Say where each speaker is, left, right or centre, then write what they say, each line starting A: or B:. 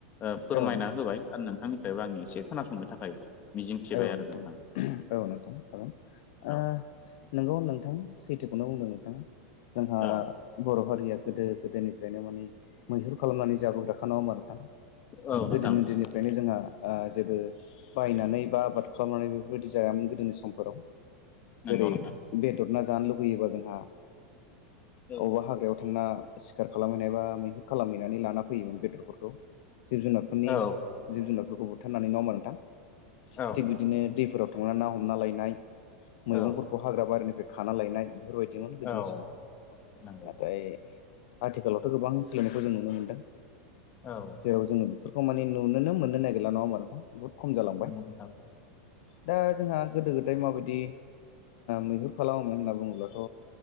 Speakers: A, on the left (about 35°); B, on the left (about 65°).
A: ओ फोरमायना
B: औ नोंथां
A: होबाय। दा नोंथांनिफ्रायबो आं एसे खोनासंनो थाखाय मिजिंथिबाय
B: औ‌
A: आरो
B: नोंगौ
A: नोंथां
B: औ नोंथां औ। ओ
A: औ
B: नोंगौ नोंथां सैथोखौनो बुंदों नोंथाङा जोंहा
A: औ
B: बर' हारिया गोदो गोदोनिफ्रायनो माने मैहुर खालामनानै जाबोग्राखा नङा होमबा नोंथां।
A: औ
B: गोदोनि
A: नोंथां
B: दिनिफ्रायनो जोंहा ओ जेबो बायनानै बा आबाद खालामनानै बेफोरबायदि जायामोन गोदोनि समफोराव
A: नंगौ
B: जेरै
A: नोंथां
B: बेदर ना जानो लुुबैयोबा जोंहा
A: औ
B: अबेबा हाग्रायाव थांना सिखार खालामहैनाय बा मैहुर खालामहैनानै लाना फैयोमोन बेदरफोरखौ जिब जुनार फोरनि
A: नोंथां औ
B: जिब जुनारफोरखौ बुथारनानै नडा़ होनबा नोंथां
A: औ नोंथां
B: थिग बिदिनो दैफोराव थांनानै ना हमना लायनाय मैगंफोरखौ
A: औ
B: हाग्रा बारिनिफ्राय खाना लायनाय बेफोरबायदिमोन गोदोनि
A: औ
B: समाव
A: नंगौ
B: नाथाय
A: औ
B: आथिखालावथ' गोबां सोलायनायखौ जों नुनो मोन्दों
A: औ
B: जेराव जोङो बेफोरखौ माने नुनोनो मोननो नागिरला नङा होमबा नोंथां बहुत खम जालां
A: नंगौ नोंथां
B: दा जोंहा गोदो गोदाय माबायदि मैहुर खालामोमोन होनना बुङोब्लाथ'